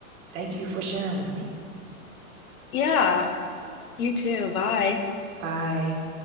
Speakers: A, on the right; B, on the left.
A: thank you for sharing with me.
B: Yeah, you too. Bye.
A: Bye.